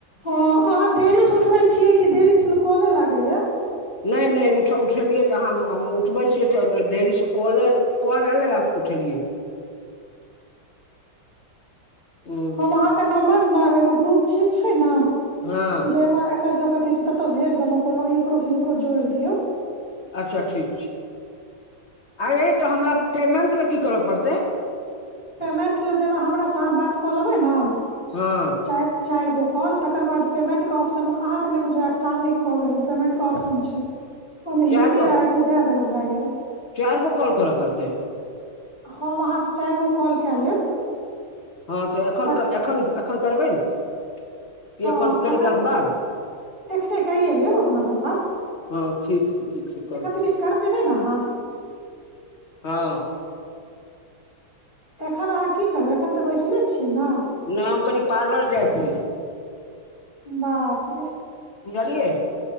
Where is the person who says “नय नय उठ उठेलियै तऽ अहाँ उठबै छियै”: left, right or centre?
Left